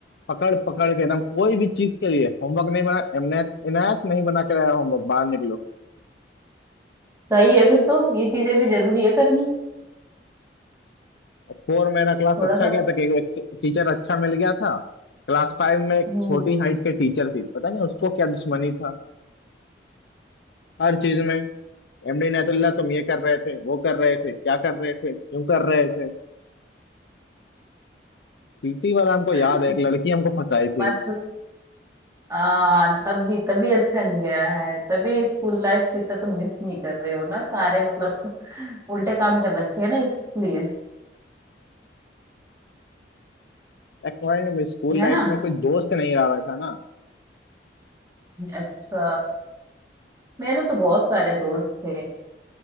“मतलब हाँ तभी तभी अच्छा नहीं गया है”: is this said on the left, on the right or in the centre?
Right